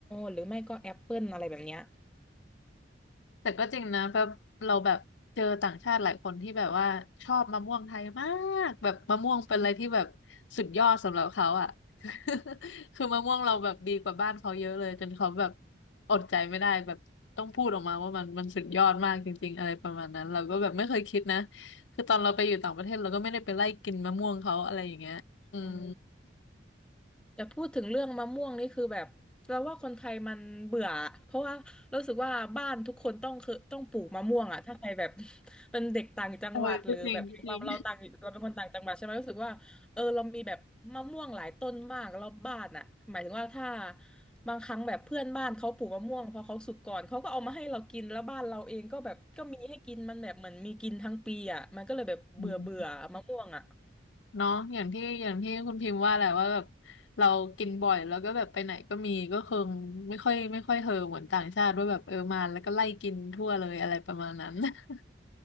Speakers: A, in the centre; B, on the left.
A: หรือไม่ก็แอปเปิ้ลอะไรแบบเนี้ย
B: แต่ก็จริงนะแบบเราแบบเจอต่างชาติหลายคนที่แบบว่าชอบมะม่วงไทยมากแบบมะม่วงเป็นอะไรที่แบบสุดยอดสำหรับเขาอ่ะ <laughs> คือมะม่วงเราแบบดีกว่าบ้านเขาเยอะเลยจนเขาแบบอดใจไม่ได้แบบต้องพูดออกมาว่ามันมันสุดยอดมากจริงๆอะไรประมาณนั้น เราก็แบบไม่เคยคิดนะคือตอนเราไปอยู่ต่างประเทศเราก็ไม่ได้ไปไล่กินมะม่วงเขาอะไรอย่างเงี้ยอืม
A: อืม แต่พูดถึงเรื่องมะม่วงนี่คือแบบเราว่าคนไทยมันเบื่อเพราะว่ารู้สึกว่าบ้านทุกคนต้องคือต้องปลูกมะม่วงอ่ะถ้าใครแบบ <laughs> เป็นเด็กต่างจังหวัดหรือแบบอย่างเราเราต่างเราเป็นคนต่างจังหวัดใช่ไหมรู้สึกว่าเออเรามีแบบมะม่วงหลายต้นมากรอบบ้านอ่ะหมายถึงว่าถ้า
B: เออก็จริงก็จริง
A: บางครั้งแบบเพื่อนบ้านเขาปลูกมะม่วงพอเขาสุกก่อนเขาก็เอามาให้เรากินแล้วบ้านเราเองก็แบบก็มีให้กินมันแบบเหมือนมีกินทั้งปีอ่ะมันก็เลยแบบเบื่อเบื่อมะม่วงอ่ะ
B: <laughs> เนาะอย่างที่อย่างที่คุณพิมพ์ว่าแหละว่าแบบเรากินบ่อยแล้วก็แบบไปไหนก็มีก็คงไม่ค่อยไม่ค่อยเฮอเหมือนต่างชาติว่าแบบเออมาแล้วก็ไล่กินทั่วเลยอะไรประมาณนั้น <laughs>